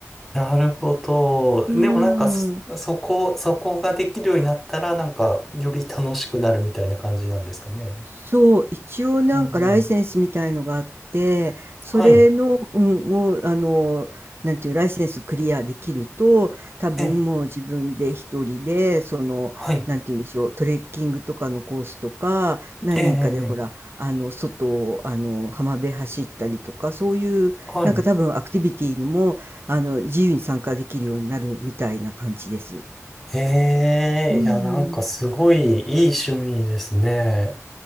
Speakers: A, in the centre; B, on the right.
A: なるほど。
B: うん。
A: でもなんかそ、そこ、そこができるようになったら、なんか、より楽しくなるみたいな感じなんですかね。
B: そう、一応なんかライセンスみたいのがあって、
A: うんうん。
B: それの、
A: はい。
B: うん、もう、あの、なんていう、ライセンスクリアできると、多分もう自分で一人で、
A: ええ、
B: その、
A: はい。
B: なんていうんでしょう、トレッキングとかのコースとか、何人かでほら、
A: ええ、ええ、
B: あの、外を、あの、浜辺走ったりとか、そういう、
A: はい。
B: なんか多分アクティビティにも、あの、自由に参加できるようになるみたいな感じです。
A: ええ、
B: うん。
A: いや、なんかすごいいい趣味ですね。